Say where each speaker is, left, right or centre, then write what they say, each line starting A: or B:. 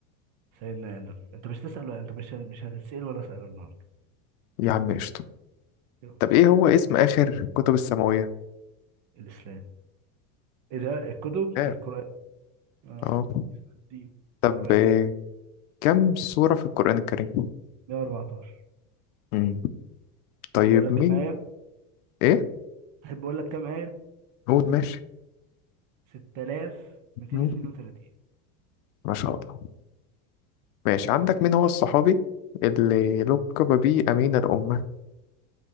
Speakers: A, on the right; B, on the left.
A: سيدنا ادم انت مش تسأل ولا انت مش مش هتتسأل ولا سأل النهارده
B: يا عم قشطة
A: يلا
B: طب ايه هو اسم آخر كتب السماوية؟
A: الاسلام ايه ده الكتب
B: اه
A: القرآن اه
B: اه.
A: الدين
B: طب
A: القرآن
B: آه، كم سورة في القرآن الكريم؟
A: 114
B: مم.
A: تحب
B: طيب
A: اقول لك
B: مين؟
A: كام آية
B: إيه؟
A: تحب اقول لك كام آية
B: قول ماشي
A: 6232
B: مم. ما شاء الله ماشي عندك مين هو الصحابي اللي لقب به أمين الأمة؟